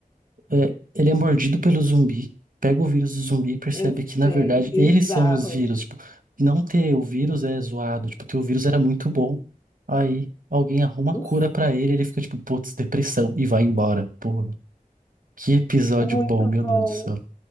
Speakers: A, on the right (about 65°); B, on the left (about 25°).
A: é, ele é mordido pelo zumbi, pega o vírus do zumbi e percebe
B: eu
A: que, na
B: sei,
A: verdade,
B: bizarro.
A: eles são os vírus. Tipo, não ter o vírus é zoado. Tipo, ter o vírus era muito bom. Aí alguém arruma
B: <laughs>
A: a cura pra ele, ele fica tipo, putz, depressão, e vai embora. Porra. Que episódio
B: Muito
A: bom, meu
B: bom.
A: Deus do céu.